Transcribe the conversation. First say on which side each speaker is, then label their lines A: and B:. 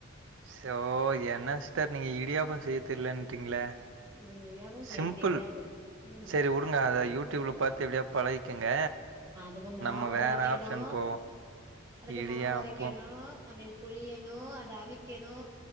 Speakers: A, on the right; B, on the right.
A: சோ என்ன சிஸ்டர் நீங்க இடியாப்போ செய்ய தெரிலன்றீங்ளே
B: ம் இடியாப்பம் செய்ய
A: சிம்பிள்
B: தெரியாது ம்
A: சரி உடுங்க அத யூட்டூப்ல பாத்து எப்டியோ பழகிக்கங்க
B: அதுக்கு மாவரைக்கணு
A: நம்ம வேற ஆப்ஷன் போவோ
B: அதுக்கு
A: இடியாப்போ
B: மாவரைக்கணு அத புழியணு அத அவிக்கணு